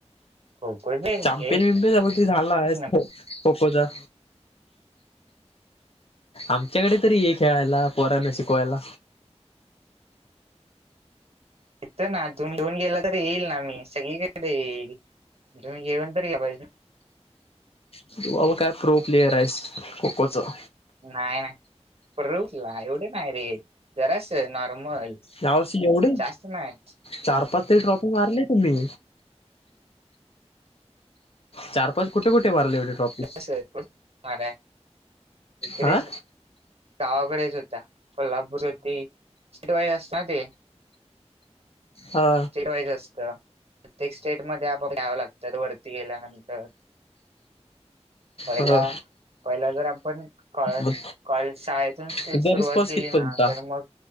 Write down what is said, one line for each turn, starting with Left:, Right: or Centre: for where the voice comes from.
Right: खोकच आहे
Left: चॅम्पियन विमपियन झालायस
Right: एक न
Left: हो... खो खो चा... आमच्याकडे तरी ये खेळायला पोरांना शिकवायला...
Right: इथ ना तुम्ही गेला तर येईल ना मी सगळीकड येईल... तुम्ही, घेऊन तरी या पाहिजे ना...
Left: तू बाबा काय प्रो प्लेअर आहेस खो खो चा...
Right: नाही नाही प्रो कुठंला एवढ नाही रे जरास नॉर्मल..
Left: यावर्षी एवढं
Right: जास्त नाही
Left: चार, पाच... तरी ट्रॉफी मारली तुम्ही.. चार कुठे कुठे मारले एवढे ट्रॉपी?
Right: तस मार इकडेच
Left: हां...
Right: गावाकडेच होत्या, कोल्हापूर होती सिटी वाईज असता ते...
Left: हा
Right: चिर वाईज असतं. प्रत्येक स्टेट मध्ये आपण घ्यावं लागतात वरती गेल्यानंतर... पहिला
Left: ह
Right: पहिला जर आपण क..
Left: मग
Right: कॉल शाळेतून सुर
Left: तुझा
Right: सुरुवात
Left: रिस्पॉन्स
Right: केली
Left: कितपत
Right: ना
Left: होता
Right: तर मग...